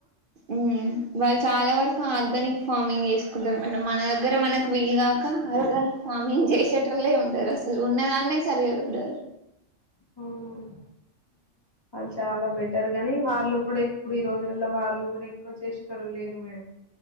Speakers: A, on the right; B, on the left.
A: మ్ వాళ్ళు చాలా వరకు ఆర్గానిక్ ఫార్మింగ్ చేసుకుంటరు మేడం మన దగ్గర మనకు వీలు గాక ఆర్గానిక్ ఫార్మింగ్ చేసేటో లే ఉండరు అసలు ఉన్నదాన్నే సరిగాచూడరు
B: అవునవును వాళ్ళు చాలా బెటర్ గాని వాళ్ళు కూడా ఇప్పుడు ఈ రోజులలో వాళ్ళు గూడా ఎక్కువ చేసేటోలు లేరు మేడం